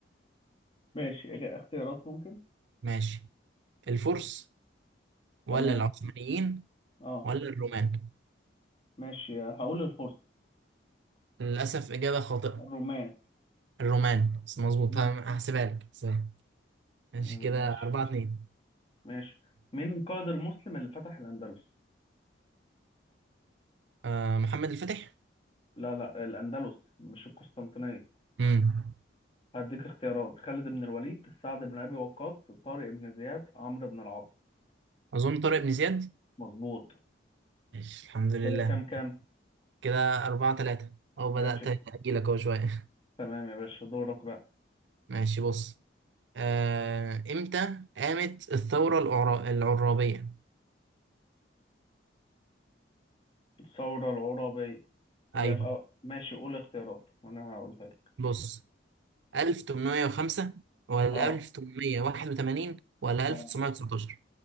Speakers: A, on the left; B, on the right.
A: ماشي إجا- اختيارات ممكن
B: ماشي الفرس ولا
A: تمام
B: العثمانيين
A: اه
B: ولا الرومان
A: ماشي هقول الفرس
B: للأسف إجابة خاطئة
A: الرومان
B: الرومان بس مظبوط
A: مم.
B: هم- هحسبها لك هحسبها لك. ماشي
A: مم،
B: كده
A: ماشي
B: أربعة اتنين
A: ماشي مين القائد المسلم اللي فتح الأندلس؟
B: آه محمد الفاتح
A: لا لا الأندلس مش القسطنطينية
B: امم
A: هديك اختيارات خالد بن الوليد سعد بن أبي وقاص طارق بن زياد عمرو بن العاص
B: أظن طارق بن زياد
A: مظبوط
B: ماشي الحمد لله
A: كده كام كام
B: كده أربعة تلاتة أو بدأت
A: ماشي
B: أجيلك أهو شوية
A: تمام يا باشا دورك بقى
B: <laughs> ماشي بص آه إمتى قامت الثورة العرا- العرابية
A: الثورة العرابية هي
B: أيوة
A: في أو... ماشي قول اختيارات وانا هقولها لك
B: بص 1805 ولا
A: اه
B: 1881 ولا
A: اه
B: 1919